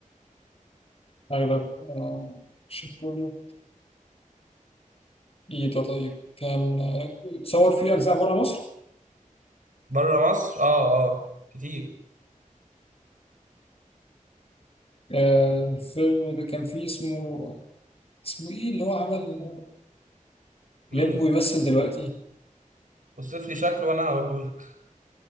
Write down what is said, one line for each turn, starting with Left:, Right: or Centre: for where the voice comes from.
Left: أغلب آه، أكشن كله إيه ده طيب كان آه، اتصور فيه أجزاء بره مصر
Right: بره مصر اه اه كتير
Left: آه الفيلم ده كان فيه اسمه اسمه إيه اللي هو عمل
Right: مين
Left: اللي ابنه بيمثل دلوقتي
Right: وصف لي شكله وانا هقوله لك